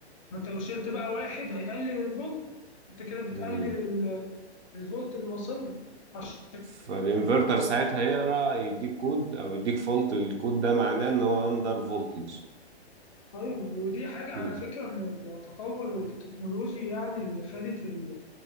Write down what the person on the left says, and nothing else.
ما انت لو شلت بقى واحد هيقلل الفولت انت كده بتقلل
ال- الفولت اللي واصل له. عشان
طيب ودي حاجه
على فكره من التطور التكنولوجي يعني اللي فادت ال-